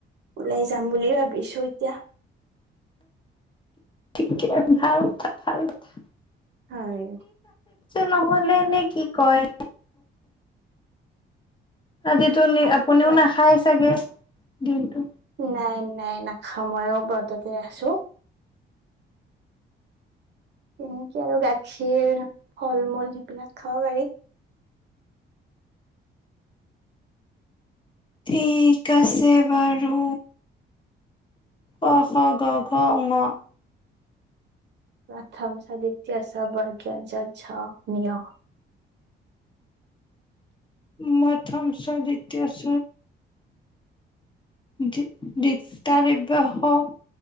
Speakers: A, on the right (about 60°); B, on the left (about 25°).
A: ওলাই যাম বুলি ভাবিছো তিয়া
B: ঠিকে ভাল থা ভাল থা।
A: হয়
B: নহলে নে কি কয় আজিতো
A: আপোনাৰ
B: আপুনিও
A: মাত
B: নাখায় চাগে দিনটো
A: নাই নাই নাখাওঁ ময়ো ব্ৰততে আছো। উম কি আৰু গাখীৰ ফল-মূল সেইবিলাক খাব পাৰি।
B: ঠিক আছে বাৰু ক খ গ ঘ ঙ।
A: প্ৰথম চ দ্বিতীয় ছ বৰ্গীয় য ঝ নিয়।
B: মথম চ দ্বিতীয় ছ। দি-দিস্কাৰি ব্ৰহ